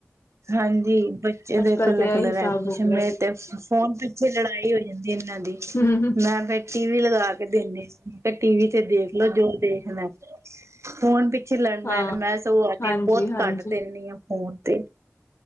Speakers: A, on the right; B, on the left.
A: ਹਾਂਜੀ। ਬੱਚੇ ਦੇ ਇਕੱਲਾ
B: ਕੱਲ ਤੇ
A: ਕਲਰ
B: ਇਹ ਹਿਸਾਬ
A: ਐ ਖੁਸ਼
B: ਹੋ ਗਿਆ
A: ਮੈਂ ਤੇ ਫੋਨ ਪਿੱਛੇ ਲੜਾਈ ਹੋਈ ਜਾਂਦੀ ਇਹਨਾਂ ਦੀ,
B: ਹਮ
A: ਮੈਂ ਬੈਠੀ ਟੀ ਵੀ ਲਗਾ ਕੇ ਦਿੰਦੇ। ਮੈਂ ਕਿਹਾ ਟੀ ਵੀ ਤੇ ਦੇਖ ਲਓ ਜੋ ਦੇ ਹਨਾ ਫੋਨ ਵੀ ਪਿੱਛ ਲੈਣ
B: ਹਾਂ
A: <unintelligible> ਮੈਂ ਸਗੋਂ ਆ
B: ਹਾਂਜੀ
A: ਕੇ ਬਹੁਤ
B: ਹਾਂਜੀ
A: ਘੱਟ ਦਿੰਦੀ ਆਂ। ਉਹ ਤੇ